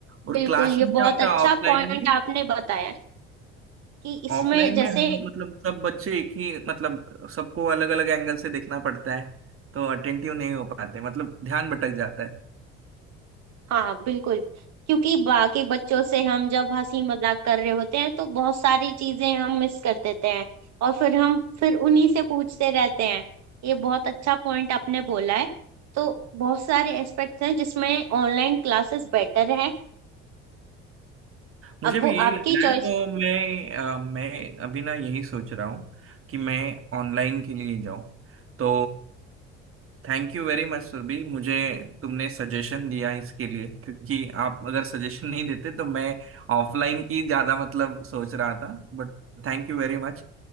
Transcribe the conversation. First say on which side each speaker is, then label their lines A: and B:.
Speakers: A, on the right; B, on the right.
A: और
B: बिल्कुल
A: क्लास
B: ये
A: में क्या
B: बहुत
A: होता
B: अच्छा
A: है ऑफलाइन
B: पॉइंट
A: में
B: आपने बताया कि इसमें
A: ऑफलाइन
B: जैसे
A: में हम मतलब सब बच्चे एक ही मतलब सबको अलग अलग एंगल से देखना पड़ता है तो अटेंटिव नहीं हो पाते मतलब ध्यान भटक जाता है
B: हाँ बिल्कुल क्योंकि बाकी बच्चों से हम जब हंसी मजाक कर रहे होते हैं तो बहुत सारी चीजें हम मिस कर देते हैं और फिर हम फिर उन्हीं से पूछते रहते हैं ये बहुत अच्छा पॉइंट आपने बोला है तो बहुत सारे एस्पेक्ट्स हैं जिसमें ऑनलाइन क्लासेस बेटर है
A: मुझे
B: अब वो
A: भी यही
B: आपकी
A: लग रहा
B: चॉइस
A: है तो मैं अ, मैं अभी ना यही सोच रहा हूँ कि मैं ऑनलाइन के लिए जाऊँ तो thank you very much Surabhi मुझे तुमने सजेशन दिया इसके लिए क्योंकि आप अगर सजेशन नहीं देते तो मैं ऑफलाइन की ज़्यादा मतलब सोच रहा था But thank you very much